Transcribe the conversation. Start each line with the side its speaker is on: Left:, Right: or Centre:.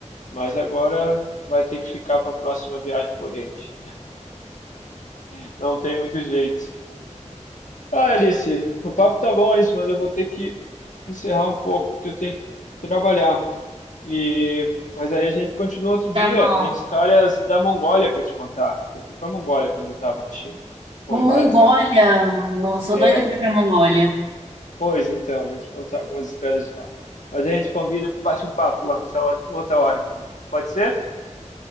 Left: Mas agora vai ter que ficar para a próxima viagem para o Oriente. <laughs> Não tem muito jeito. Ah, Alice, o papo tá bom, Alice, mas eu vou ter que encerrar um pouco, porque eu tenho que trabalhar. E... Mas aí a gente continua outro dia.
Right: Tá bom.
Left: Tem histórias da Mongólia para te contar, porque eu fui para Mongólia quando eu estava na China. Foi,
Right: Vou Mongólia.
Left: lá é legal.
Right: Não, sou
Left: É,
Right: doida pra ir pra Mongólia.
Left: pois então, vou te contar algumas histórias de lá. Mas a gente combina, bate um papo lá, outra hora, uma outra hora. Pode pode ser?